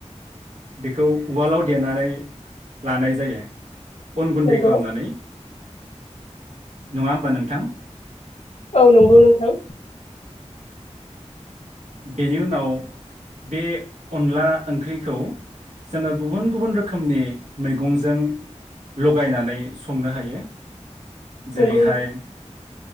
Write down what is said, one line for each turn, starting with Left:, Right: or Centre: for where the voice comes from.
Right: बेखौ उवालाव देनानै लानाय जायो अन गुन्दै
Left: नंगौ
Right: खालामनानै नंङा होमबा नोंथां
Left: औ नंगौ नोंथां
Right: बेनि उनाव बे अनला ओंख्रिखौ जोंङो गुबुन गुबुन रोखोमनि मैगंजों लगायनानै संनो हायो जेरै
Left: नंगौ
Right: हाय